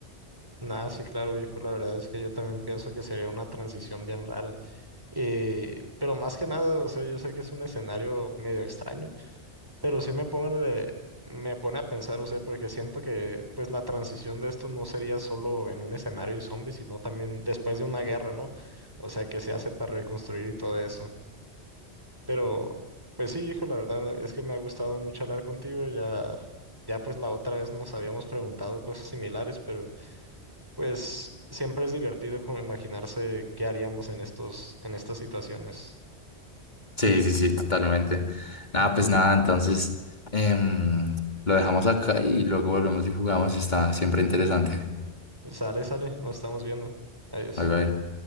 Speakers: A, on the right; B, on the left.
A: Nada, sí, claro, viejo, la verdad es que yo también pienso que sería una transición bien rara. Eh, pero más que nada, o sea, yo sé que es un escenario medio extraño, pero sí me pone, me pone a pensar, o sea, porque siento que pues la transición de esto no sería solo en un escenario de zombies, sino también después de una guerra, ¿no? O sea, que se hace para reconstruir y todo eso. Pero, pues sí, hijo, la verdad es que me ha gustado mucho hablar contigo, ya, ya pues la otra vez nos habíamos preguntado cosas similares, pero pues siempre es divertido como imaginarse qué haríamos en estos, en estas situaciones.
B: Sí, sí, sí, totalmente. Nada, pues nada, entonces em, lo dejamos acá y luego volvemos y jugamos. Está siempre interesante.
A: Sale, sale, nos estamos viendo. Adiós.
B: Bye bye.